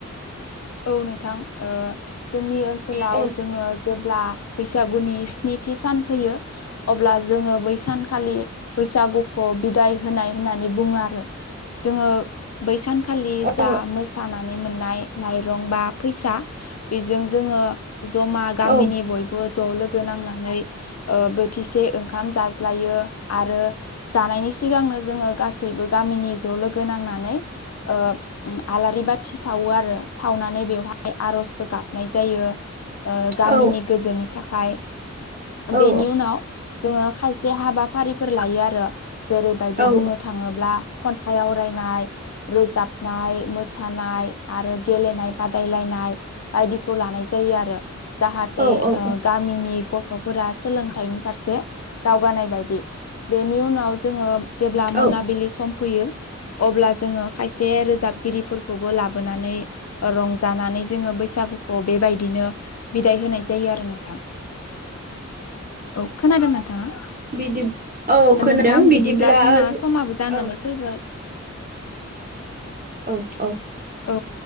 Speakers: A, on the left; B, on the right.
A: औ नोंथां ओ जोंनि ओनसोलाव
B: औ
A: जोङो जेब्ला बैसागुनि स्निथि सान फैयो अब्ला जोङो बै सानखालि बैसागुखौ बिदाइ होनाय होननानै बुङो आरो जोङो बै सानखौ खालि जा
B: औ
A: मोसानानै मोननाय माइरं बा फैसा बेजों जोङो जमा गामिनि
B: औ
A: बयबो ज लोगो नांनानै बोथिसे ओंखाम जाज्लायो आरो जानायनि सिगांनो जोङो गासैबो गामिनि ज' लोगो नांनानै ओ आलारि बाथि सावो आरो सावनानै बेवहाय आर'जबो गाबनाय जायो ओ गामिनि
B: औ
A: गोजोननि थाखाय
B: औ
A: बेनि उनाव जोङो खायसे हाबाफारिफोर लायो आरो जेरैबायदि
B: औ
A: बुंनो थाङोब्ला खन्थाइ आवरायनाय रोजाबनाय मोसानाय आरो गेलेनाय बादायलायनाय बायदिखौ लानाय जायो आरो जाहाथे
B: औ औ
A: ओ
B: औ
A: गामिनि गथ'फोरा सोलोंथाइनि फारसे दावगानाय बायदि बेनि उनाव जोङो जेब्ला
B: औ
A: मोनाबिलि सम फैयो अब्ला जोङो खायसे रोजाबगिरिफोरखौबो लाबोनानै रंजानानै जोङो बैसागुखौ बेबायदिनो बिदाय होनाय जायो आरो नोंथां औ खोनादों नोंथाङा
B: बिदि औ खोनादों
A: नोंथां बिदिब्ला जोंना
B: औ
A: समाबो जानानै
B: औ
A: फैबाय
B: औ औ
A: औ